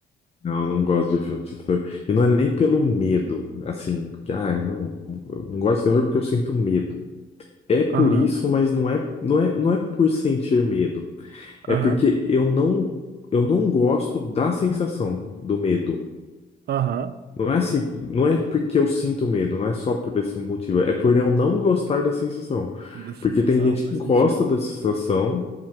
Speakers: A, on the left; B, on the right.
A: Não, eu não gosto de filme de terror. E não é nem pelo medo, assim, que, ah, não, eu não gosto de terror porque eu sinto medo. É por
B: Aham,
A: isso, mas não é, não é, não é por sentir medo. É
B: aham,
A: porque eu não, eu não gosto da sensação do medo.
B: aham,
A: Não é assim, não é porque eu sinto medo, não é só por esse motivo, é por eu não gostar da sensação.
B: da sensação,
A: Porque tem gente
B: faz
A: que gosta
B: sentido.
A: da sensação